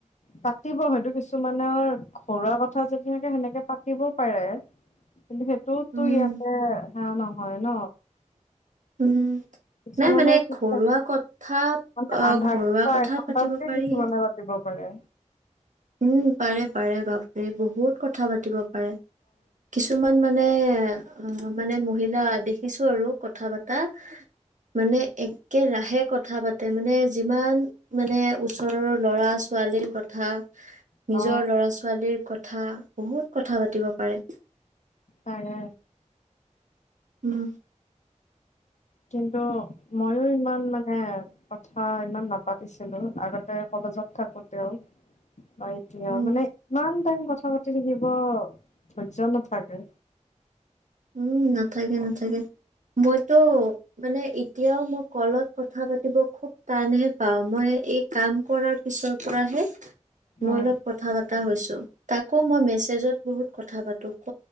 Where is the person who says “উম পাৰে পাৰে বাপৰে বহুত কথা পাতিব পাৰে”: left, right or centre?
Right